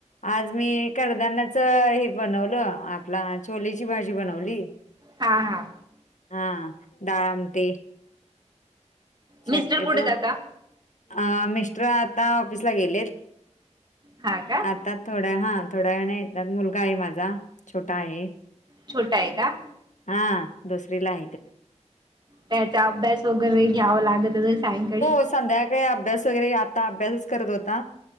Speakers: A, on the left (about 80°); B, on the right (about 35°).
A: आज मी कडधान्यांचा हे बनवलं आपलं छोलेची भाजी बनवली
B: हा हा
A: हा डाळ आमट शक्यतो
B: मिस्टर कुठे जाता
A: अ मिस्टर आता ऑफिसला गेले
B: हा का
A: आता थोड्या हा थोड्या नाही मुलगा आहे माझा छोटा आहे
B: छोटा आहे का
A: हा दुसरी ला
B: त्याचा अभ्यास वगैरे घ्यावा लागत सायंकाळी
A: त संध्याकाळी अभ्यास वगैरे आता अभ्यासच करत होता